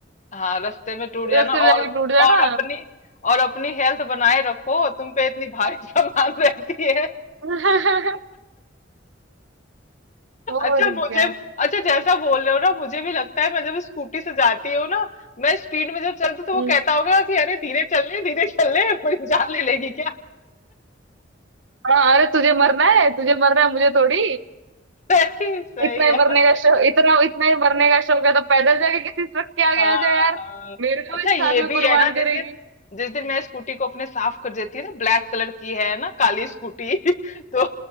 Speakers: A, on the left; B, on the right.
A: हाँ रास्ते में टूट जाना
B: रास्ते में जाके
A: और
B: टूट जाना
A: और अपनी और अपनी हेल्थ बनाए रखो तुम पे इतनी भारी <laughs> सामान रहती है
B: <laughs> और
A: अच्छा मुझे
B: क्या
A: अच्छा जैसा बोल रहे हो ना मुझे भी लगता है मैं जब स्कूटी से जाती हूँ ना मैं स्पीड में जब चलती हूँ, तो
B: हम्म।
A: वो कहता होगा कि अरे धीरे चल रहे धीरे चल रहे मेरी जान ले लेगी क्या
B: हाँ अरे तुझे मरना है तुझे मरना है मुझे थोड़ी
A: <laughs> सही सही
B: इतना ही
A: है
B: मरने का शौक इतना इतना ही मरने का शौक है तो पैदल जाके किसी ट्रक के आगे
A: हाँ
B: आ जाए यार
A: हाँ
B: मेरे को
A: अच्छा
B: भी
A: ये
B: साथ में
A: भी
B: कुर्बान
A: है ना जिस
B: करेगी
A: दिन जिस दिन मैं स्कूटी को अपने साफ कर देती है ना ब्लैक कलर की है ना काली स्कूटी <laughs> तो